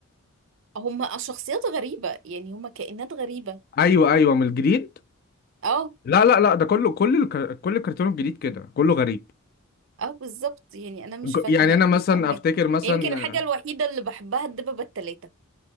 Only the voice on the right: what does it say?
هما شخصيات غريبة يعني هما كائنات غريبة
اه
اه بالظبط يعني انا مش
فاكمة
مش فاهمة
يعني
يمكن الحاجة الوحيدة اللي بحبها الدببة التلاتة